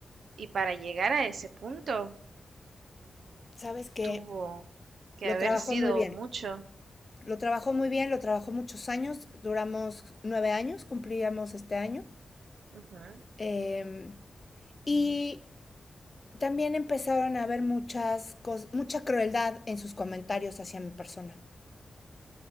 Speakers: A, on the right (about 80°); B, on the left (about 35°).
A: y para llegar a ese punto
B: Sabes que
A: tuvo que
B: lo
A: haber
B: trabajó
A: sido
B: muy bien.
A: mucho.
B: Lo trabajó muy bien, lo trabajó muchos años, duramos nueve años, cumplíamos este año.
A: Ujú.
B: Eh, y también empezaron a haber muchas cos- mucha crueldad en sus comentarios hacia mi persona.